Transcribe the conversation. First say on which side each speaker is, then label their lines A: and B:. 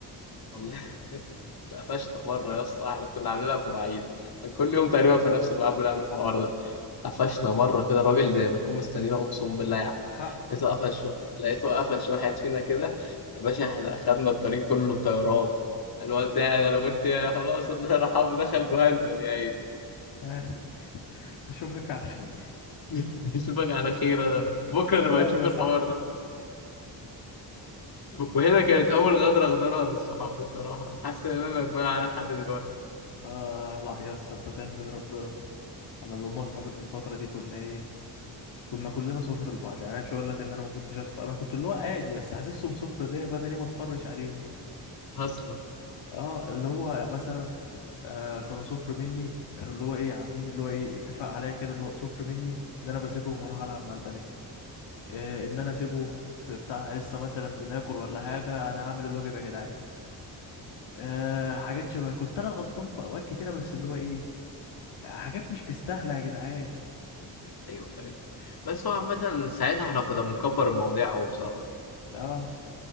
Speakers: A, on the left (about 55°); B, on the left (about 80°).
A: والله <laughs> اتقفشنا مرة يا اسطى احنا كنا عاملينها بمواعيد كان كل يوم تقريبا في نفس الميعاد بنعمل الحوار ده قفشنا مرة كده راجل زي ما يكون مستنينا أقسم بالله يعني
B: حق
A: لقيته قفش وا- لقيته قفش واحد فينا كده يا باشا احنا أخدنا الطريق كله طيارات الواد ده يعني أنا قلت يا خلاص الله يرحمه دخل جهنم يا عيني
B: آه. <laughs> اشوفك على خير
A: <laughs> أشوفك على خير أنا بقى بكرة
B: سلام
A: نبقى نشوف
B: يا
A: الحوار
B: صاحبي
A: ده وهنا كانت أول غدرة أغدرها للصحاب بصراحة وحاسس إن أنا ندمان عليها لحد دلوقتي
B: اه لا يا اسطى انت تحمد ربنا انا اللي هم اصحابي في الفتره دي كنا ايه كنا كلنا صفر لبعض يعني انا مش هقول لك ان انا ما كنتش اصفر انا كنت اللي هو عادي بس حاسسهم صفر ليا فانا ليه ما اصفرش عليهم
A: أصلا
B: اه اللي هو مثلا آه كانوا صفر مني كانوا اللي هو ايه عاملين اللي هو ايه اتفاق عليا كده اللي هو صفر مني ان انا بسيبهم واروح العب مع البنات آه، ان انا اسيبهم في بتاع حصه مثلا بناكل ولا حاجه انا هعمل الواجب يا جدعان أه حاجات شبه كنت انا غلطان في اوقات كتيره بس اللي هو ايه حاجات مش مستاهله يا جدعان
A: ايوه ايوه بس هو عامة ساعتها احنا كنا بنكبر المواضيع قوي بصراحة
B: اه